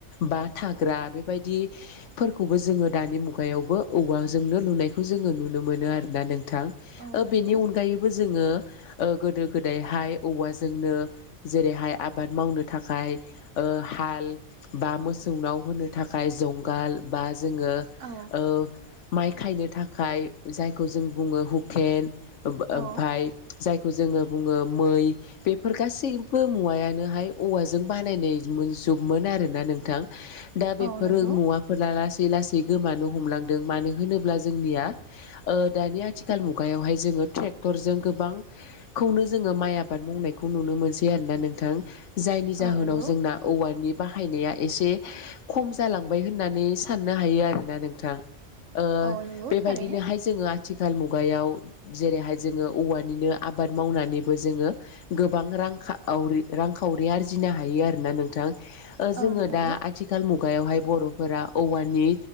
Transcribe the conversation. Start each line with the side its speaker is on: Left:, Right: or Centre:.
Left: बा थाग्रा बेबायदिफोरखौबो जोङो दानि मुगायावबो ओंख औवाजोंनो लुनायखौ जोङो नुनो मोनो आरो ना नोंथां
Right: औ
Left: ओ
Right: नंगौ
Left: बेनि अनगायैबो जोङो ओ गोदो गोदायहाय औवाजोंनो जेरैहाय आबाद मावनो थाखाय ओ हाल बा मोसौनाव होनो थाखाय जंगाल बा जोङो
Right: औ
Left: ओ माइ खायनो थाखाय जायखौ जों बुङो हुकेन ओम ओमफाय
Right: औ
Left: जायखौ जोङो बुङो मै बेफोर गासैबो मुवायानोहाय औवाजों बानायनाय जुबमोन आरोना नोंथां दा बेफोर
Right: औ नंगौ
Left: मुवाफोरा लासै लासै लासै गोमानो हमलांदों मानो होनोब्ला जोंनिया ओ दानि आथिखाल मुगायावहाय जों ट्रेक्टर जों गोबांखौनो जोङो माइ आबाद मावनायखौ नुनो मोनसै आरोना नोंथां। जायनि
Right: औ
Left: जाहोनाव
Right: नंगौ
Left: जोंना औवानि बाहायनाया एसे खम जालांबाय होननानै साननो हायो आरोना नोंथां। ओ
Right: औ नंगौ
Left: बेबायदिनोहाय
Right: थारैनो
Left: जोङो आथिखाल मुगायाव जेरैहाय जोङो औवानिनो आबाद मावनानैबो जोङो गोबां रांखाउरि रांखाउरि आरजिनो हायो आरो ना नोंथां ओ जोङो
Right: औ नंगौ
Left: दा आथिखाल मुग मचगायावहाय बर'फोरा औवानि